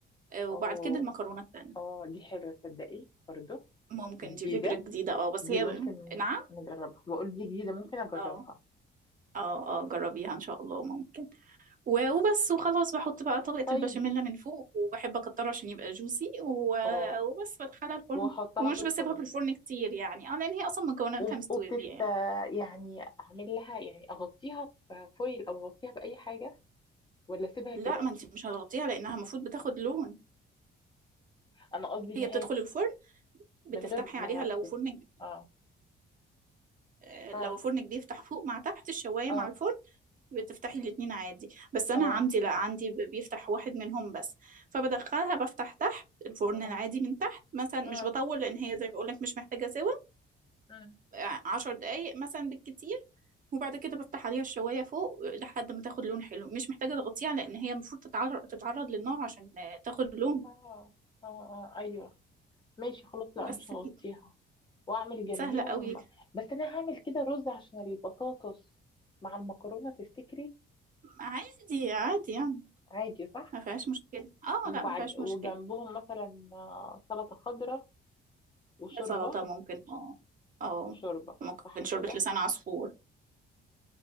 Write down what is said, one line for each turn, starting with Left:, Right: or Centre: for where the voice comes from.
Right: آه، وبعد
Left: اوه
Right: كده المكرونة التانية
Left: اه دي حلوة تصدقي برضه
Right: ممكن
Left: جديدة
Right: دي فكرة جديدة اه بس
Left: دي
Right: هي
Left: ممكن
Right: نعم
Left: نجربها بقول دي جديدة ممكن اجربها
Right: اه اه اه جربيها ان شاء الله ممكن و- وبس وخلاص بحط بقى طبقة
Left: طيب
Right: البشاميل من فوق وبحب اكتره عشان يبقى جوسي
Left: اه
Right: وبس بدخلها الفرن
Left: واحطها
Right: ومش
Left: في الفرن
Right: بسيبها في الفرن كتير يعني اه لان هي اصلا مكوناتها
Left: وم-
Right: مستوية
Left: وبتت
Right: يعني
Left: يعني اعمل لها يعني اغطيها بفويل او اغطيها باي حاجة ولا اسيبها كده
Right: لا ما انت مش هتغطيها لانها المفروض بتاخد لون
Left: انا قصدي ان
Right: هي
Left: هي
Right: بتدخل الفرن بتفتحي
Left: من غير ما
Right: عليها
Left: اغطي
Right: لو فرن كب-
Left: اه
Right: آه،
Left: اه
Right: لو فرن كبير تحت فوق مع تحت الشواية
Left: اه
Right: مع الفرن بتفتحي الاتنين عادي بس انا
Left: اه
Right: عندي لا عندي ب- بيفتح واحد منهم بس فبدخلها بفتح تحت الفرن
Left: اه
Right: العادي من تحت مثلا مش
Left: اه اه
Right: بطول لان هي زي ما بقولك مش محتاجه سوا
Left: اه
Right: آه، عشر دقايق مثلا بالكتير وبعد كده بفتح عليها الشوايه فوق لحد ما تاخد لون حلو مش محتاجه تغطيها لان هي المفروض تتعرض تتعرض للنار عشان آه، تاخد لون
Left: اه اه آه، آه، ايوه ماشي خلاص لا
Right: بس
Left: مش هغطيها
Right: كده
Left: واعمل جنبيهم
Right: سهله قوي
Left: بس انا هعمل كده رز عشان البطاطس مع المكرونه تفتكري
Right: عادي عادي يعني
Left: عادي صح
Right: ما فيهاش مشكله اه
Left: وبعد
Right: لا ما فيهاش
Left: وجنبهم
Right: مشكله
Left: مثلا آه، سلطه خضراء وشوربه
Right: سلطه ممكن اه اه
Left: وشوربه
Right: ممكن
Left: صح كده
Right: شوربه لسان عصفور